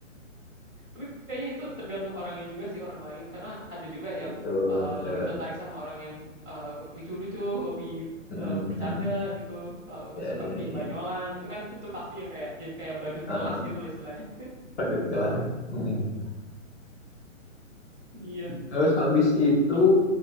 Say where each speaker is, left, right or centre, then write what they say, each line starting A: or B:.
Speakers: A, in the centre; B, on the left.
A: Tapi kayaknya itu tergantung orangnya juga sih orang lain karena ada juga
B: Betul,
A: yang eh,
B: betul.
A: lebih tertarik sama orang yang eh, lucu-lucu, hobi
B: Mm,
A: eh, bercanda
B: mm.
A: gitu, eh,
B: Ya,
A: suka
B: ya,
A: bikin banyolan.
B: ya.
A: Itu kan itu pasti yang kayak jadi kayak badut
B: Heeh,
A: kelas gitu lah istilahnya.
B: Patut kelas. Mm-mm.
A: Iya.
B: Terus habis itu
A: Kalau